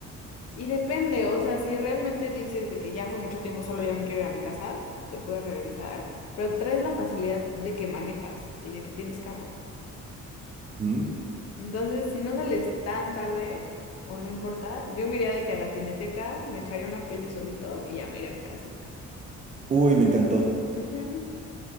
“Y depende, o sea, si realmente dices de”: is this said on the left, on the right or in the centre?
Left